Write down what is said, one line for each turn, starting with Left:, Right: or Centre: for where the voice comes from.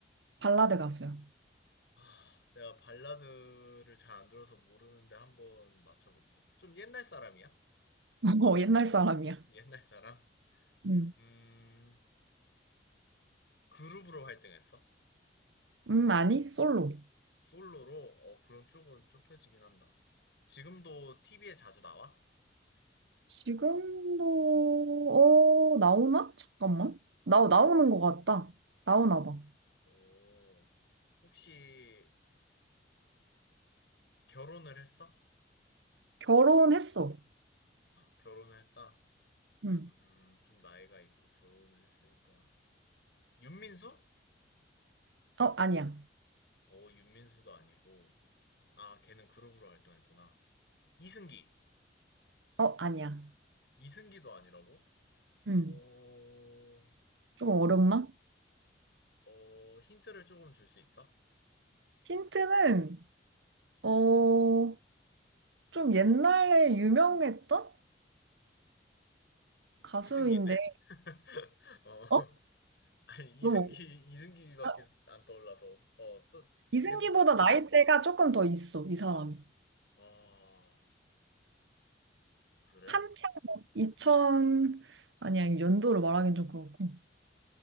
Right: 발라드 가수야.
Left: 아, 내가 발라드를 잘 안 들어서 모르는데 한번 맞춰볼게. 좀 옛날 사람이야?
Right: <laughs> 어, 옛날 사람이야.
Left: 옛날 사람?
Right: 음,
Left: 음, 그룹으로 활동했어?
Right: 음, 아니, 솔로.
Left: 솔로로? 어, 그럼 쪽은 좁혀지긴 한다. 지금도 TV에 자주 나와?
Right: 지금도, 어, 나오나? 잠깐만. 나, 나오는 것 같다. 나오나 봐.
Left: 어, 혹시 결혼을 했어?
Right: 결혼했어.
Left: 결혼을 했다.
Right: 음,
Left: 음, 좀 나이가 있고 결혼을 했으니까. 윤민수?
Right: 어, 아니야.
Left: 어, 윤민수도 아니고. 아, 걔는 그룹으로 활동했구나. 이승기.
Right: 어, 아니야.
Left: 이승기도 아니라고?
Right: 음,
Left: 어,
Right: 좀 어렵나?
Left: 어, 힌트를 조금 줄 수 있어?
Right: 힌트는, 어, 좀 옛날에 유명했던 가수인데,
Left: 이승기인데? <laughs> 어,
Right: 어?
Left: 아니 이승기,
Right: 너무
Left: 이승기밖에
Right: 어-
Left: 안 떠올라서. 어, 또
Right: 이승기보다
Left: 계속 말해줘.
Right: 나이대가 조금 더 있어, 이 사람이.
Left: 아, 그래?
Right: 한창 막 2000, 아니야, 연도를 말하긴 좀 그렇고.